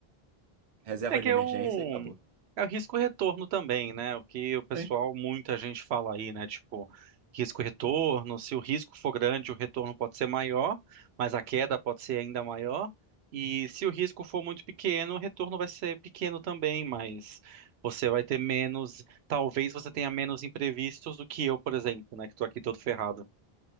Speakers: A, on the right; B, on the right.
A: reserva
B: É que
A: de
B: é
A: emergência
B: o,
A: e acabou.
B: é o risco-retorno também, né? O que o pessoal,
A: Sim.
B: muita gente fala aí, né? Tipo, risco-retorno, se o risco for grande, o retorno pode ser maior, mas a queda pode ser ainda maior. E se o risco for muito pequeno, o retorno vai ser pequeno também, mas você vai ter menos, talvez você tenha menos imprevistos do que eu, por exemplo, né? Que tô aqui todo ferrado.